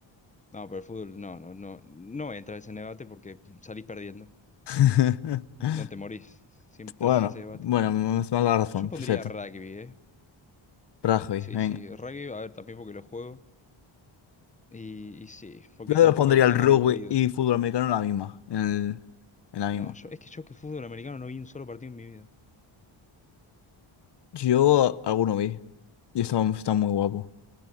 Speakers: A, on the left (about 15°); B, on the left (about 55°).
A: No, pero el fútbol no, no, no, no entra en ese debate porque salís perdiendo.
B: <laughs>
A: No te morís. Si entras
B: Bueno,
A: en ese debate.
B: bueno, me me da la razón,
A: Yo pondría
B: perfecto.
A: rugby, ¿eh?
B: Rugby,
A: Sí,
B: venga.
A: sí, rugby, a ver, también porque lo juego. Y, y sí, porque
B: Yo los
A: tampoco
B: pondría
A: es tan
B: el rugby
A: aburrido.
B: y fútbol americano en la misma, en, el- en la misma.
A: No, yo, es que yo que fútbol americano no vi un solo partido en mi vida.
B: Yo alguno vi y estaba, estaba muy guapo.